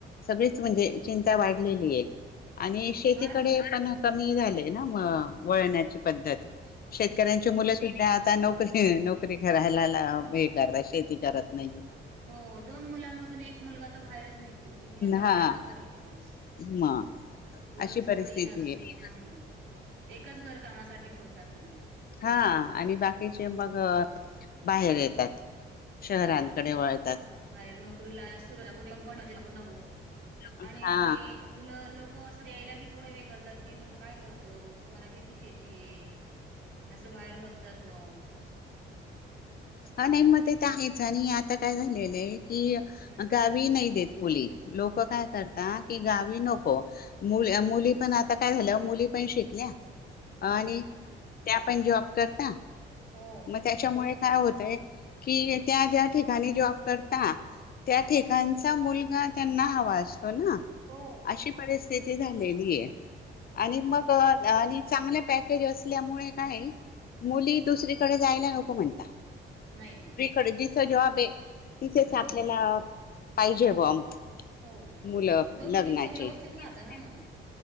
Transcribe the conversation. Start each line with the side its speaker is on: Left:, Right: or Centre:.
Left: सगळीच, म्हणजे चिंता वाढलेली ये आणि शेतीकडे
Right: मारा
Left: पण कमी झाले ना, म वळनाची पद्धत, शेतकऱ्यांच्या मुला ते आता नोकरी, नोकरी करायला ला, हे करतात, शेती करत नही.
Right: हो. <unintelligible> दोन मुलांमधून, एक मुलगा त बाहेरच निघतो, की मी आता
Left: हा
Right: काही करेल बुवा असं.
Left: म.
Right: दोन
Left: अशी
Right: असो,
Left: परिस्थिती
Right: तीन असो,
Left: आहे
Right: हं, एकाच घर कामासाठी ठेवतात, मग.
Left: हां आणि बाकीचे मग बाहेर येतात, शहरांकडे वळत
Right: हां, बाहेर नोकरी ला असत, कुठे प पण <unintelligible> लागू नवो
Left: हा
Right: आणि काही मुलं लोकं असं द्यायला बी, थोडं हे करतात, की मुलं काय करतो, तुम्हाला किती शेती ये? असं बाहेर बघतात, बुवा.
Left: हां, नही म ते तर आहेच आणि आता काय झालेलं ये, की
Right: हम्म
Left: गावी नाही देत मुली, लोकं काय
Right: हा
Left: करता, कि गावी नको मु-मुली
Right: हो
Left: पण आता काय झाल्या,
Right: शेतात
Left: मुली पण शिकल्या,
Right: हा
Left: आणि त्या पण जॉब करता,
Right: हो
Left: म त्याच्यामुळे काय होत कि त्या ज्या ठिकाणी जॉब करता त्या ठेिकाणचा मुलगा त्यांना हवा असतो ना?
Right: हो
Left: अशी परस्थिती झालेली आहे
Right: हो
Left: आणि
Right: ना
Left: मग आणि चांगल्या पॅकेज असल्यामुळे काय मुली दुसरीकडे जायला नको म्हणता.
Right: नाही ना
Left: जिकडे जिथ जॉब आहे तिथेच
Right: हम्म
Left: आपल्याला पाहिजे बुवा. <unintelligible>
Right: हो
Left: मुलं
Right: दोघींच
Left: लग्नाचे
Right: व्यवस्थित
Left: आहेत.
Right: राहतं ना मग.